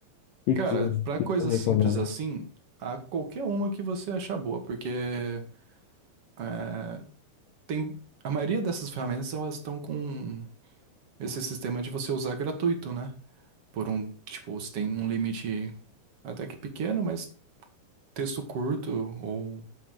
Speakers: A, on the left; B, on the right.
A: que,
B: Cara,
A: que, o
B: pra
A: que
B: coisas
A: que eu recomendo?
B: simples assim, há qualquer uma que você achar boa, porque é, tem a maioria dessas ferramentas elas estão com esse sistema de você usar gratuito, né? Por um, tipo, você tem um limite até que pequeno, mas texto curto ou